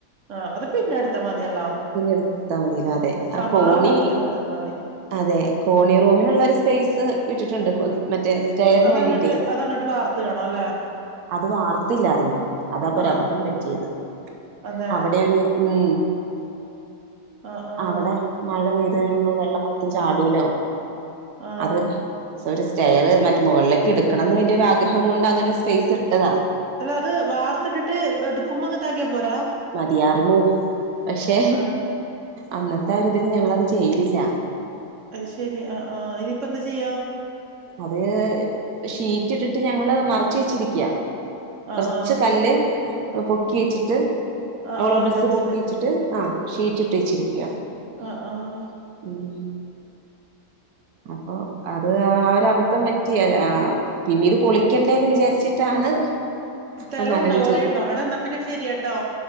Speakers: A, on the right; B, on the right.
A: ആഹ് അത് പിന്നെ എടുത്ത മതിയല്ലോ
B: പിന്നെടുത്ത മതിയല്ലോ അതെ ആഹ്
A: സമാധാനത്തിലെടുത്താ
B: കോണി
A: മതി
B: അതെ കോണി റൂമിനൊള്ളൊര് സ്പേസ് വിട്ടിട്ടുണ്ട് കു മറ്റേ സ്റ്റെയറിന്
A: അതങ്ങട്ട്
B: വേണ്ടിട്ടേ
A: അതങ്ങട്ട് വാർത്ത് കാണു അല്ലെ
B: അത് വാർത്തില്ലാരുന്നു അതാപ്പോ ഒരബദ്ധം
A: ആഹ് ആഹ്
B: പറ്റിയത്
A: അതെ
B: അവിടെ ഒര് ഉം
A: ആഹ് ആഹ്
B: അവടെ മഴ പെയ്ത് വെര്മ്പോ വെള്ളം മൊത്തം ചാടൂലോ
A: ആഹ്
B: അത് സോ ഒര് സ്റ്റെയറ് മറ്റ് മുകളിലേക്ക് എടുക്കണംന്ന് വലിയൊര് ആഗ്രഹം കൊണ്ടങ്ങനെ ഒരു സ്പേസ് ഇട്ടതാ
A: അല്ല അത് വാർത്തത്ത്ട്ട് ട്ട് എടുക്കുമ്പ അങ്ങത്ത ആക്കിയാ പോരെ
B: മതിയാർന്നു പക്ഷെ
A: അതെ
B: അന്നത്ത ആ ഒര് ഇത് ല് ഞങ്ങളത് ചെയ്തില്ല
A: അയ്ശെരി ആഹ് ആഹ് ഇനിയിപ്പ എന്താ ചെയ്യ
B: അത് ഷീറ്റ് ഇട്ടിട്ട് ഞങ്ങള് മറച്ച് വെച്ചിരിക്ക്യാ
A: ആഹ്
B: കൊറച്ച്
A: ആഹ്
B: കല്ല് ഒ പൊക്കി വെച്ചിട്ട്
A: ആഹ്
B: ഹോളോ
A: ആഹ്
B: ബിക്സ്
A: മനസ്സിലായി
B: പൊക്കിച്ചിട്ട് ആഹ് ഷീറ്റിട്ട് വെച്ചിരിക്കാണ്
A: അഹ് ആഹ്
B: ഉം അപ്പൊ അത് ആഹ് ഒര് അബദ്ധം പറ്റിയ ആ പിന്നീട് പൊളിക്കണ്ടേന്ന് വിചാരിച്ചിട്ടാണ്
A: സ്ഥലം
B: അന്ന് അങ്ങനെ
A: ഉണ്ടോ കൊറേണ്ടോ എടാ എന്നാ പിന്നെ ശെരരിയട്ടോ